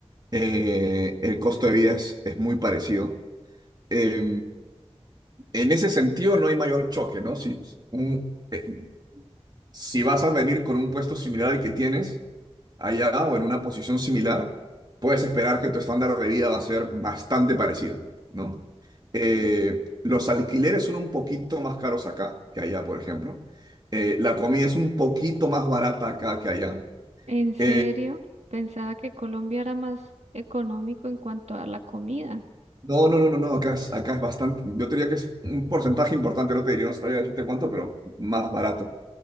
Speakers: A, on the right (about 40°); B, on the right (about 80°).
A: eh, el costo de vida es, es muy parecido. Eh, en ese sentido, no hay mayor choque, ¿no? Si, un- eh, si vas a venir con un puesto similar al que tienes allá o en una posición similar, puedes esperar que tu estándar de vida va a ser bastante parecido, ¿no? Eh, los alquileres son un poquito más caros acá que allá, por ejemplo. Eh, la comida es un poquito más barata acá que allá.
B: ¿En serio?
A: Eh,
B: Pensaba que Colombia era más económico en cuanto a la comida.
A: No, no, no, no, no, acá es, acá es bastante, yo te diría que es un porcentaje importante, no te diría, no sabría decirte cuánto, pero más barato.